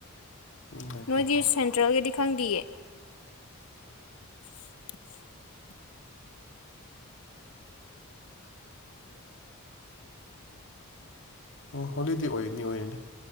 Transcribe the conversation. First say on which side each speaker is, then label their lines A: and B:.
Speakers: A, on the left; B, on the left.
A: ꯉꯥꯏꯈꯣꯀꯣ
B: ꯅꯣꯏꯗꯤ ꯁꯦꯟꯇ꯭ꯔꯦꯜꯒꯤꯗꯤ ꯈꯪꯗꯤꯌꯦ <inaudible>
A: ꯑꯣ ꯍꯣꯂꯤꯗꯦ ꯑꯣꯏꯅꯤ ꯑꯣꯏꯔꯅꯤ